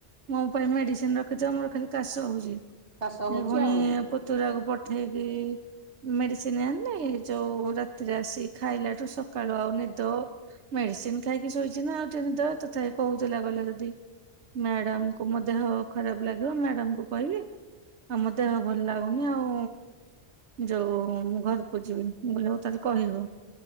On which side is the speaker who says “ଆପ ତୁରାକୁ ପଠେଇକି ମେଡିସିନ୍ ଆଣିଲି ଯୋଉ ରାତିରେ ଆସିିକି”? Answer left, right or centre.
Right